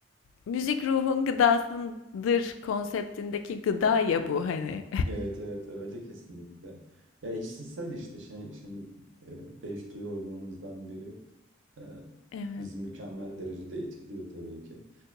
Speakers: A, on the left; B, on the right.
A: müzik ruhun gıdasındır konseptindeki gıda ya bu hani.
B: Evet evet öyle kesinlikle. Ya işsizsel işte şey, şimdi e, beş duyu organımızdan biri e,
A: <laughs> Evet.
B: bizi mükemmel derecede etkiliyor tabii ki.